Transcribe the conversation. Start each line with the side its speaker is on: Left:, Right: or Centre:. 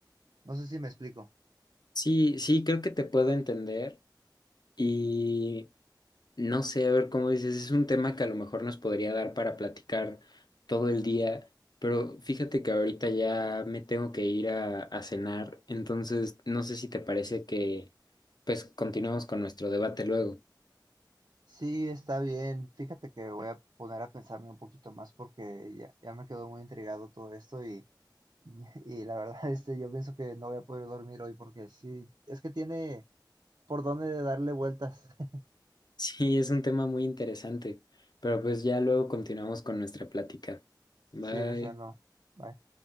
Right: no sé si me explico.
Left: Sí, sí, creo que te puedo entender y No sé, a ver cómo dices, es un tema que a lo mejor nos podría dar para platicar todo el día, pero fíjate que ahorita ya me tengo que ir a, a cenar, entonces no sé si te parece que pues continuemos con nuestro debate luego. <laughs>
Right: Sí, está bien. Fíjate que voy a poner a pensarme un poquito más porque ya, ya me quedó muy intrigado todo esto y <laughs> Y, y la verdad, este, yo pienso que no voy a poder dormir hoy porque sí, es que tiene por dónde darle vueltas. <laughs>
Left: Sí, es un tema muy interesante, pero pues ya luego continuamos con nuestra plática.
Right: Sí,
Left: Bye.
Right: Luciano. Bye.